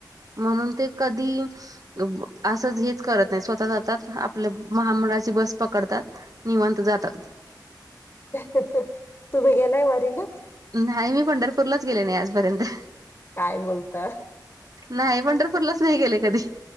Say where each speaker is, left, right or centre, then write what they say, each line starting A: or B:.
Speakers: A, on the right; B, on the left.
A: म्हणून ते कधी, स्स ब असंच हेच करत नाही स्वतः जात तात. आपल्या महामंडळाची बस पकडतात, निवांत जातात.
B: ह ह ह... तुम्ही गेलाय वारीला?
A: न्हाई, मी पंढरपूरलाच गेले नाही आजपर्यंत.
B: काय बोलता
A: न्हाई पंढरपूरलाच नाही गेले कधी.